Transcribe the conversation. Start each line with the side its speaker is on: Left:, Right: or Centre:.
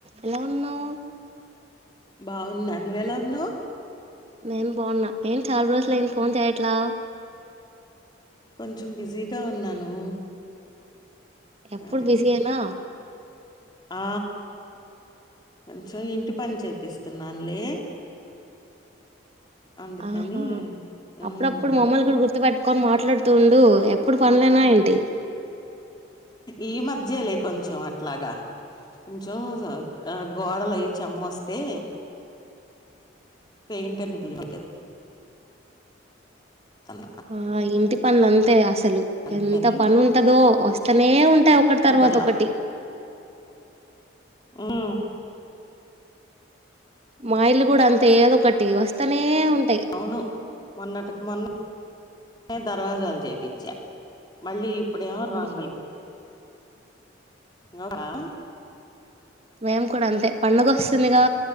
Right: ఎలా ఉన్నావ్
Left: బావున్నా నువ్వు ఎలా ఉన్నావ్
Right: నేను బావున్నా ఏం చాలా రోజులయింది ఫోన్ చేయట్లా
Left: కొంచెం బిజీగా ఉన్నాను
Right: ఎప్పుడు
Left: అది
Right: బిజీ ఏనా
Left: ఆ కొంచెం ఇంటి పని చేపిస్తున్నానులే అందుకని
Right: ఆహా
Left: మ్మ్
Right: అప్పుడప్పుడు మమ్మల్ని కూడా గుర్తుపట్టుకొని మాట్లాడుతూ ఊ ఎప్పుడు పనులేనా ఏంటి
Left: ఈ మధ్యలే కొంచెం అట్లాగా కొంచెం గోడలు అయి చెమ్మోస్తే పెయింటర్ ని బిలి <unintelligible>
Right: ఆ ఇంటి పనులు అంతే అసలు
Left: అందుకని
Right: ఎంత పని ఉంటదో వస్తనే ఉం టే ఒకటి తర్వాత
Left: కుదరలా
Right: ఒకటి
Left: మ్
Right: మా ఇల్లు కూడా అంతే ఏదో ఒకటి వస్తానే ఉంటయ్
Left: అవును మొన్నటికి మొన్న దర్వాజాలు జేపిచ్చా మళ్ళీ ఇపుడేమో
Right: ఉమ్,
Left: రంగులు ఉన్నవా
Right: మేము కూడా అంతే పండుగొస్తుందిగా